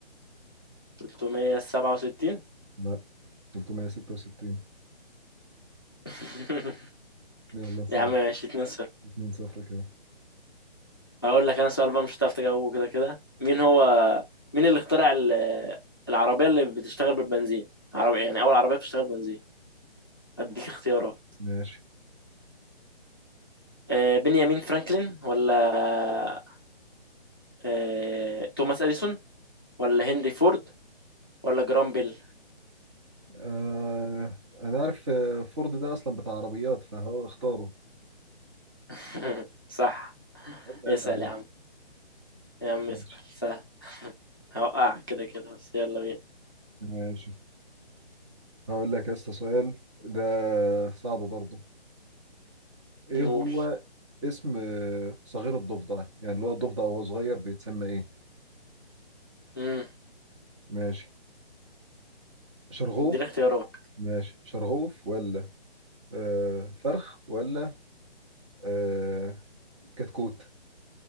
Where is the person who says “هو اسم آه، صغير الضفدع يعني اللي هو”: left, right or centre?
Right